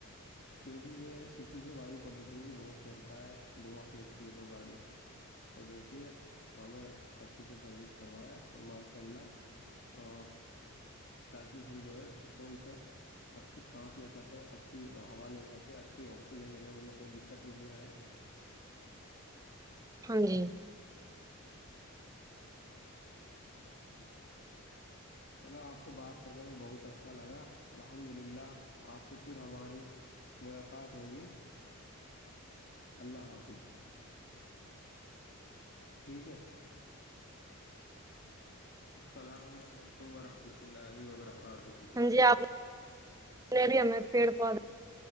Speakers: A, on the left (about 50°); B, on the right (about 15°).
A: کیونکہ یہ اسی سے وایو پردوشن بھی بہت پھیلتا ہے دھواں پھینکتی ہے تو گاڑی تو دیکھیے ہمیں اچھی سے سروس کروائے اور ماشاء اللہ ا تاکہ ہم جو ہے س ان سے اچھی سانس لے سکے اچھی ہوا لے سکے اچھی آکسیجن لینے میں ہم کوئی دقت نہیں آئے
B: ہاں جی
A: چلو آپ سے بات کر کے میں بہت اچھا لگا الحمد للہ آپ سے پھر ہماری ملاقات ہوگی اللہ حافظ ٹھیک ہے السلام علیکم ورحمۃ اللہ وبرکاتہ
B: ہاں جی آپ نےیا میں پیڑ پودے